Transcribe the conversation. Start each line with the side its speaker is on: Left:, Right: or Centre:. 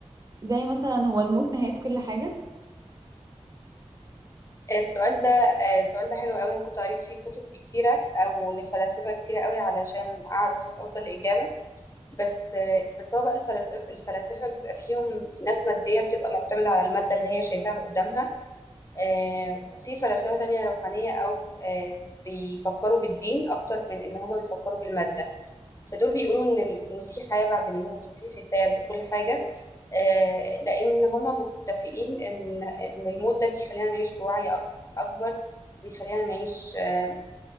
Right: زي مثلا هو الموت نهاية كل حاجة
Left: آه، السؤال ده آه، السؤال ده حلو قوي أنا كنت قريت فيه كتب كتيرة أو لفلاسفة كتيرة قوي علشان أعرف أوصل لإجابة بس آه، بس هو بقى الفلاسفة الفلاسفة بيبقى فيهم ناس مادية بتبقى معتمدة على المادة اللي هي شايفاها قدامها آه، وفي فلاسفة تانية روحانية أو آه، بيفكروا بالدين أكتر من إن هما بيفكروا بالمادة فدول بيقولوا إن ال- إن في حياة بعد الموت وفي حساب وكل حاجة آه، لأن هما متفقين إن إن الموت ده بيخلينا نعيش بوعي أك- أكبر بيخلينا نعيش آه،